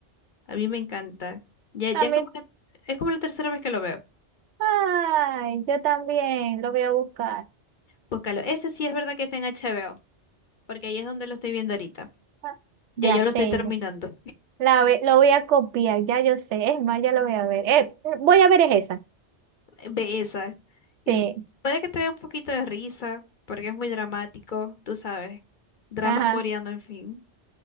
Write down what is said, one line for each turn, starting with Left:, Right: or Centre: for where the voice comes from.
Left: A mí me encanta. Ya, ya
Right: A mí,
Left: es como la, es como la tercera vez que lo veo.
Right: ay, yo también lo voy a buscar.
Left: Búscalo. Ese sí es verdad que está en HBO, porque ahí es donde lo estoy viendo ahorita.
Right: Ah,
Left: Ya
Right: Ya
Left: yo lo
Right: sé,
Left: estoy terminando.
Right: la, ve- lo voy a copiar, ya yo sé, es más, ya lo voy a ver. Eh, voy a ver es esa.
Left: <laughs> Ve esa. Y
Right: Sí,
Left: sí, puede que te dé un poquito de risa, porque es muy dramático, tú sabes. Drama
Right: ajá.
Left: coreano, en fin.